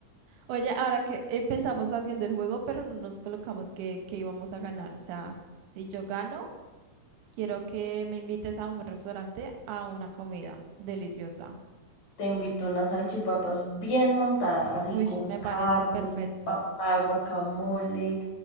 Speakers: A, on the right; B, on the left.
A: Oye, ahora que empezamos haciendo el juego, pero no nos colocamos que, que íbamos a ganar. O sea, si yo gano, quiero que me invites a un buen restaurante a una comida deliciosa.
B: Te invito unas salchipapas bien montadas, así
A: Uy,
B: con
A: me parece
B: carne,
A: perfecto.
B: papá, guacamole